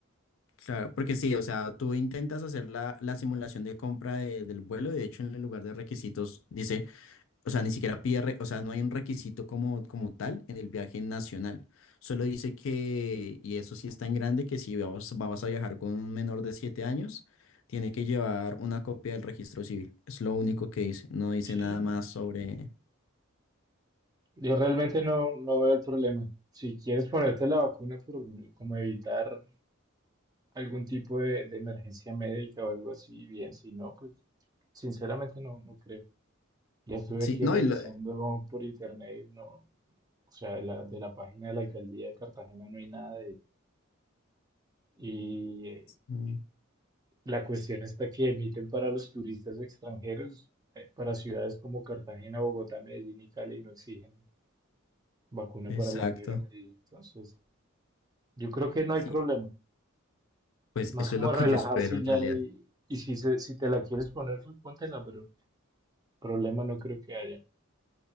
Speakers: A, on the left; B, on the right.
A: Claro, porque sí, o sea, tú intentas hacer la, la simulación de compra de- del vuelo, y de hecho en el lugar de requisitos dice, o sea, ni siquiera pide, re- o sea, no hay un requisito como, como tal en el viaje nacional. Solo dice que, y eso sí es tan grande, que si vas, vas a viajar con un menor de 7 años, tiene que llevar una copia del registro civil. Es lo único que dice, no dice
B: Sí,
A: nada
B: no.
A: más sobre...
B: Yo realmente no, no veo el problema. Si quieres ponerte la vacuna por como evitar algún tipo de, de emergencia médica o algo así, bien, si no, pues Sinceramente no, no creo. Ya estuve
A: Sí,
B: aquí
A: no,
B: revisando
A: y lo-
B: por internet y no, o sea, de la, de la página de la alcaldía de Cartagena no hay nada de- y eh,
A: Mm,
B: la cuestión está que emiten para los turistas extranjeros, eh, para ciudades como Cartagena, Bogotá, Medellín y Cali no exigen vacuna
A: Exacto.
B: para la fiebre amarilla. Entonces, yo creo que no
A: Sí,
B: hay problema.
A: pues
B: Más
A: eso
B: como
A: es lo
B: relajarse
A: que yo espero en
B: ya
A: realidad.
B: y, y si se- si te la quieres poner, pues póntela, pero problema no creo que haya.